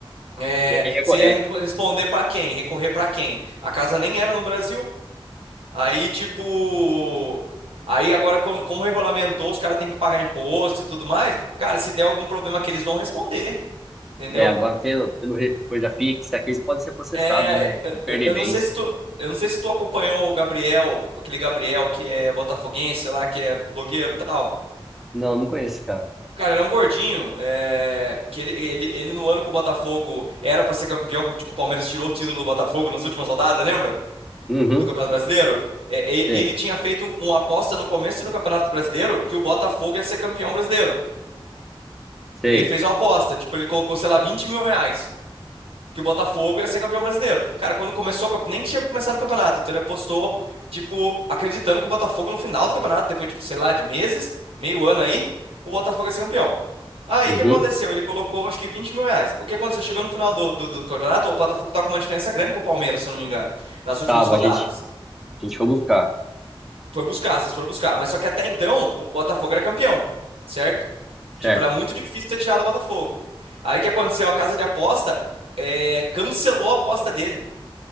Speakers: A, on the right; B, in the centre.
A: é,
B: Tinha quem ia
A: você
B: correr.
A: ia reco- responder pra quem? Recorrer pra quem? A casa nem era no Brasil. Aí, tipo. Aí agora, como, como regulamentou, os caras têm que pagar imposto e tudo mais. Cara, se der algum problema que eles vão responder. Entendeu?
B: É, agora tendo, tendo re- coisa fixa aqui, eles podem ser processados,
A: É,
B: né?
A: é,
B: E perder
A: é, eu
B: bens.
A: não sei se tu, eu não sei se tu acompanhou o Gabriel, aquele Gabriel que é botafoguense lá, que é blogueiro e tal.
B: Não, não conheço cara.
A: Cara, era um gordinho, é, que ele, ele, ele no ano que o Botafogo era pra ser campeão, que o que o Palmeiras tirou o título do Botafogo nas últimas rodadas, lembra?
B: Uhum,
A: No Campeonato Brasileiro. É, e-
B: sei,
A: ele tinha feito um- uma aposta no começo do Campeonato Brasileiro que o Botafogo ia ser campeão brasileiro.
B: sei.
A: Ele fez uma aposta, tipo, ele colocou, sei lá, vinte mil reais. que o Botafogo ia ser campeão brasileiro. Cara, quando começou, o campe- nem tinha começado o campeonato, então ele apostou, tipo, acreditando que o Botafogo no final do campeonato, depois, tipo, sei lá, de meses, meio ano aí, o Botafogo ia ser campeão. Aí
B: Uhum,
A: o que aconteceu? Ele colocou acho que vinte mil reais. O que aconteceu? Chegou no final do, do, do campeonato, o Botafogo tá com uma diferença grande pro Palmeiras, se eu não me engano, nas últimas
B: tava,
A: rodadas.
B: a gente, a gente foi buscar,
A: Foi buscar, vocês foram buscar. Mas só que até então, o Botafogo era campeão, certo?
B: certo?
A: Tipo, era muito difícil ter tirado o Botafogo. Aí o que aconteceu? A casa de aposta eh, cancelou a aposta dele.